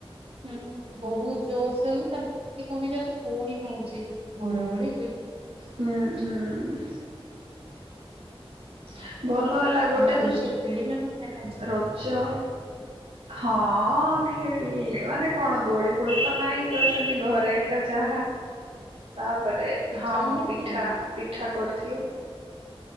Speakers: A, on the right (about 70°); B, on the right (about 85°).
A: ହୁଁ ବହୁତ ଜୋର ସେ ହଉଛି ତାପରେ ଟିକେ କମି ଯାଉଛି ପୁଣି ହଉଛି ଘଡ ଘଡି
B: ହୁଁ ହୁଁ। ହ <inaudible> ଭଲ ହେଲା ଗୋଟେ
A: ଆଉ ରଜ
B: ଦୃଷ୍ଟି
A: ଖେଳିଲ ନା ନାଇଁ ଆଜି?
B: ରଜ ହଁ ଖେଳିଲି ମାନେ କଣ ଦୋଳି ଫୋଳି ତ ନାଇଁ ସେମତି ଘରେ ଏକା ଯାହା ତାପରେ
A: ପିଠା
B: ହଁ
A: ବନେଇଥିଲ?
B: ପିଠା ପିଠା କରି ଥିଲୁ।